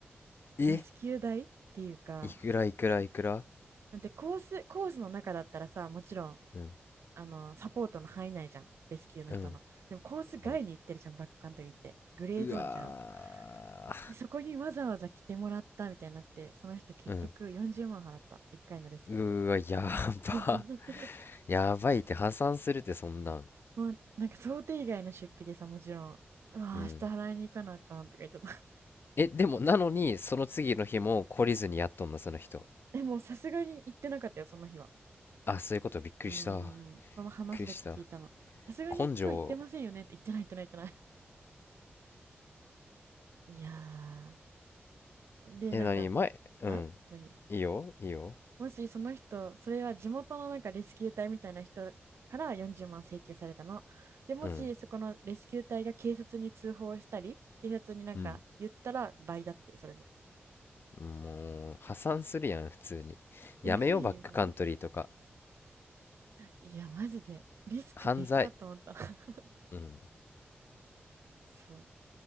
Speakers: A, on the left (about 55°); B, on the right (about 70°).
A: え
B: レスキュー代っていうか、
A: いくらいくらいくら
B: だってコース、コースの中だったらさ、もちろん、
A: うん
B: あの、サポートの範囲内じゃん。レスキューの人の。
A: うん
B: でもコース外に行ってるじゃん、
A: うん
B: バックカントリーって。グレーゾーンじゃん。
A: うわ
B: で、そこにわざわざ来てもらったみたいになって、その人結局40万払った。
A: ーうん
B: 1回のレスキューで。
A: うーわや
B: <laughs>
A: ばやばいって破産するってそんなん
B: もうなんか想定以外の出費でさ、もちろん、うわー、
A: うん
B: 明日払いに行かなあかんとか言っちゃった。
A: えでもなのにその次の日も懲りずにやっとんなその人
B: <laughs> でもさすがに行ってなかったよ、その日は。
A: あそういうことびっくりしたびっ
B: うーん、その話だけ聞いたの。
A: くりした
B: さすがに今日行ってませんよねって言ってない、
A: 根性
B: 言ってない、言ってない。<laughs> いやー。で、
A: え何前うん
B: なんか、ん何
A: いいよいいよ
B: もしその人、それは地元のなんかレスキュー隊みたいな人から40万請求されたの。で、もしそこのレスキュー隊が警察に通報したり、
A: うん
B: 警察になんか言ったら倍だって、
A: うん
B: それの。
A: もう破産するやん普通にやめようバックカントリーとか
B: えぐいよな。いや、マジで。リスクでかーと思った。
A: 犯罪
B: <laughs>
A: うん
B: そう。